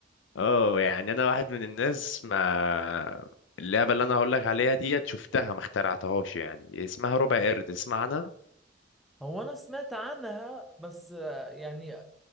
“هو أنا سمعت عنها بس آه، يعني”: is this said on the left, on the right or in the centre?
Centre